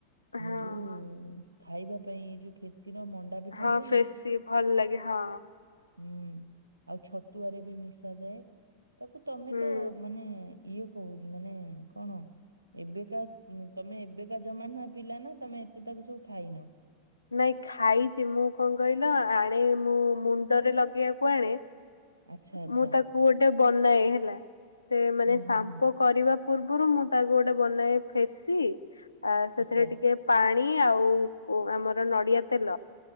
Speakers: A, on the left (about 80°); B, on the right (about 80°).
A: ଆଉ ହଁ
B: ଯୋଉ
A: ହଁ
B: ଖାଇବା ପାଇଁ ଏଇ ଯୋଉ ଫେସିର ମଣ୍ଡା ପିଠା
A: ହଁ
B: ହୁଏନି
A: ଫେଶୀ ଭଲ ଲାଗେ ହଁ।
B: ହୁଁ ଆଉ ଛତୁଆରେ ବି ମିଶ ଯାଏ। ତାକୁ ତମେ
A: ହୁଁ
B: ତ ମାନେ ଇଏ କହୁନି ମାନେ କଣ ଏବେକା ତମେ ଏବେକା ଜମାନା ହଆ ପିଲା ନା ତମେ ଏତେ ତାକୁ ସବୁ ଖାଇନ।
A: ନାଇଁ ଖାଇଛି ମୁଁ କଣ କହିଲ ଆଳେ ମୁଁ ମୁଣ୍ଡରେ ଲଗେଇବାକୁ ଆଣେ
B: ଆଚ୍ଛା ଆଚ୍ଛା
A: ମୁଁ ତାକୁ ଗୋଟେ ବନାଏ ହେଲା, ସେ ମାନେ
B: ହୁଁ
A: ସାମ୍ପ
B: ହୁଁ ହୁଁ
A: କରିବା ପୂର୍ବରୁ ମୁଁ ତାକୁ ଗୋଟେ ବନାଏ ଫେସି ଆ ସେଥିରେ
B: ଆଚ୍ଛା
A: ଟିକେ ପାଣି ଆଉ ଆମର ନଡିଆ ତେଲ